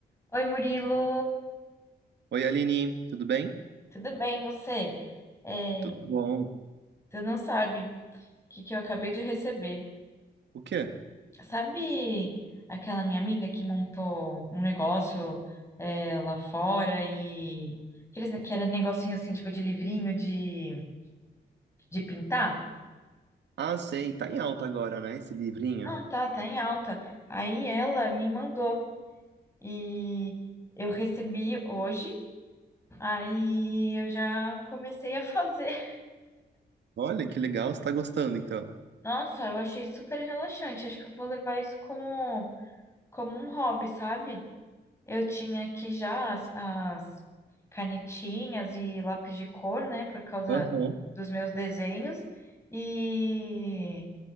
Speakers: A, on the left; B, on the right.
A: Oi, Murilo,
B: Oi, Aline, tudo bem?
A: tudo bem, você? É,
B: Tudo bom.
A: tu não sabe o que, que eu acabei de receber.
B: O quê?
A: Sabe aquela minha amiga que montou um negócio é, lá fora e aqueles, ne- que era negocinho assim, tipo de livrinho de, de pintar?
B: Ah, sei, tá em alta agora, né, esse livrinho.
A: Ah, tá, tá em alta. Aí ela me mandou e eu recebi hoje, aí eu já comecei a fazer.
B: Olha que legal, você tá gostando então.
A: <laughs> Nossa, eu achei super relaxante. Acho que eu vou levar isso como como um hobby, sabe? Eu tinha aqui já as, as canetinhas e lápis de cor, né, por causa
B: Aham.
A: dos meus desenhos. E,